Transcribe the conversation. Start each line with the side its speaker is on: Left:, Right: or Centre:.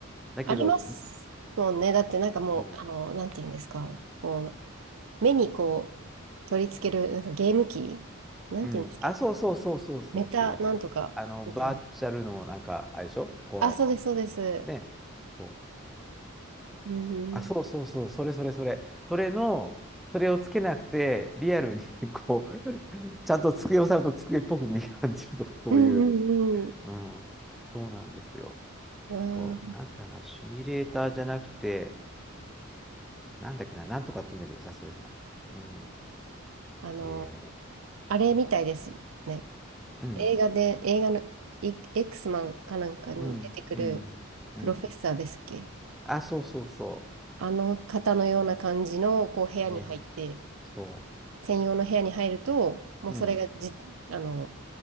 Centre: うだけど、
Right: ありますもんね。だってなんかもう、
Centre: そ
Right: あの、なんていうんですか。こう、目にこう、取り付ける、なんかゲーム機なんていうんですっけ
Centre: う。うん。あ、そうそうそうそうそうそうそう。
Right: メタなんとかみたい
Centre: あの、バーチャルのなんか、あれでしょこ
Right: あ、そうです、そうです。
Centre: う、ね。そう。
Right: うんうん。
Centre: あ、そうそうそう。それそれそれ。それの、それをつけなくて、リアルに <laughs> こう、ちゃんと机を触ると机っぽく見え感じるとか、そういう。
Right: うんうんうん。
Centre: うん。そうなんですよ。
Right: うわー
Centre: そう。なんつうかな、シミュレーターじゃなくて、なんだっけな、なんとかって言うんだけどさ、それさ。うん。
Right: あの、
Centre: ね
Right: あれみたいですね。
Centre: え。うん。
Right: 映画で、映画のイ X マンかなんかに出てくるプロフェッサーですっけ
Centre: うん。うん。うん。あ、そうそうそ
Right: あの方のような感じのこう部屋に入って、
Centre: う。ね、そ
Right: 専用の部屋に入ると、もうそれがじ、
Centre: う。うん。
Right: あの、